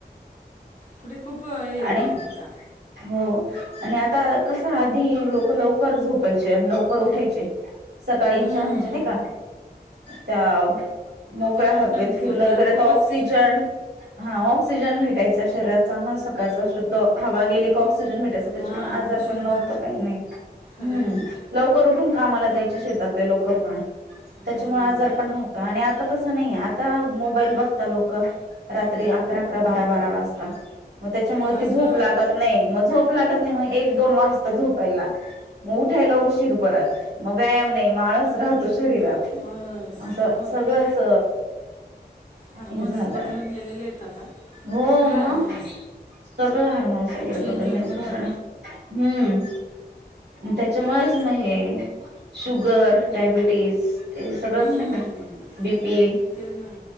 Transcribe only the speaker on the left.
पुढे खूप हे
होईल आता
हम्म.
ते उठणं
आणि
झोपण्यावर
खूपच
हां
शुद्ध
खरं आहे ते
हम्म.
जास्त
आळस
मग
ते हार्मोन्स
बदलून गेलेले आहेत आता.
सगळे हार्मोन्स
चेंज
होऊन गेलेली
तर का
हम्म,
तेच ना